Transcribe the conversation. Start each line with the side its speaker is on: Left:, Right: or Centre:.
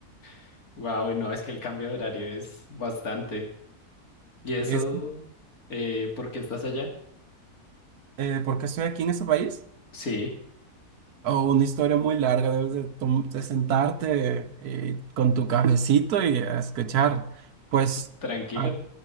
Left: <laughs> wow, no, es que el cambio de horario es bastante. ¿Y eso?
Right: Es,
Left: Eh, ¿por qué estás allá?
Right: eh, ¿por qué estoy aquí en este país?
Left: Sí,
Right: o una historia muy larga, debes de, tom- de sentarte eh, con tu cafecito y a escuchar. Pues
Left: tranquilo.
Right: a-